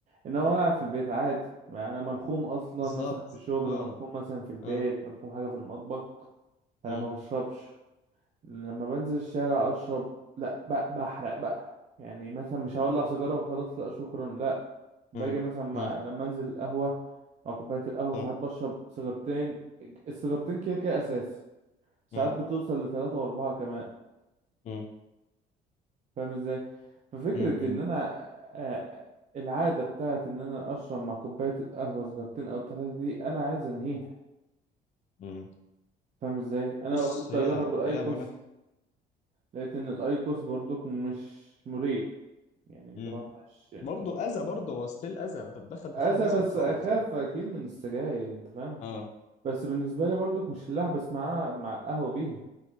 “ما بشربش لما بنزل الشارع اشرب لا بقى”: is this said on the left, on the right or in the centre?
Right